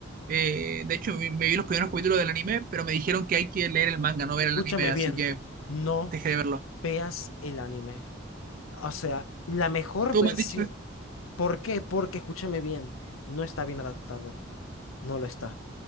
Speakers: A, on the right (about 40°); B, on the left (about 85°).
A: eh, de hecho, me, me vi los primeros capítulos del anime, pero me dijeron que hay que leer el manga,
B: Escúchame
A: no ver el anime, así
B: bien,
A: que
B: no
A: dejé de verlo.
B: veas el anime. O sea, la mejor
A: ¿Tú
B: versión.
A: me has dicho eso?
B: ¿Por qué? Porque, escúchame bien, no está bien adaptado. No lo está.